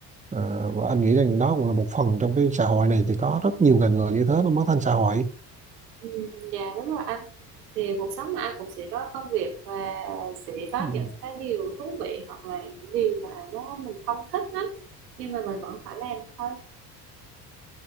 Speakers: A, on the right; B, on the right.
A: à, và anh nghĩ rằng đó cũng là một phần trong cái xã hội này thì có rất nhiều ngành nghề như thế nó mới thành xã hội
B: ừ, dạ đúng rồi anh thì cuộc sống mà anh cũng sẽ có công việc và sẽ có
A: Ừ.
B: những cái điều thú vị hoặc là những điều mà nó mình không thích lắm nhưng mà mình vẫn phải làm thôi